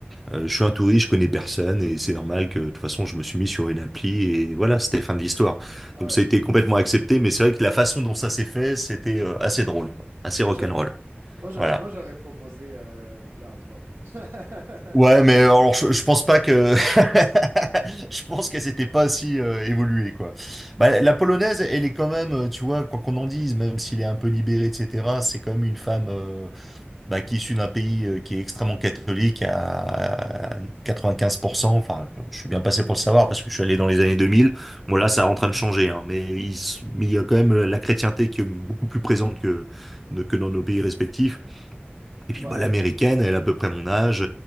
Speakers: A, in the centre; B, on the right.
A: euh, je suis un touriste, je connais personne, et c'est normal que de toute façon, je me suis mis sur une appli, et voilà, c'était fin de l'histoire.
B: Ah
A: Donc
B: ouais.
A: ça a été complètement accepté, mais c'est vrai que la façon dont ça s'est fait, c'était euh, assez drôle, quoi, assez rock'n'roll.
B: Moi, je, moi, je-
A: Voilà.
B: moi, j'aurais proposé euh, un plan 3. <laughs>
A: Ouais, mais alors je, je pense pas que <laughs> je pense qu'elle s'était pas si euh, évoluée quoi. Bah,
B: Ouais.
A: la polonaise, elle est quand même, euh, tu vois, quoi qu'on en dise, même s'il est un peu libéré, etc. C'est quand même une femme euh, bah, qui est issue d'un pays euh, qui est extrêmement catholique à 95%. Enfin, je suis bien passé pour le savoir parce que je suis allé dans les années 2000. Bon là,
B: Mhm.
A: ça est en train de changer, hein, mais il, s- mais il y a quand même la chrétienté qui est beaucoup plus présente que que dans nos pays respectifs. Et puis
B: Ouais.
A: bah, l'américaine, elle a à peu près mon âge,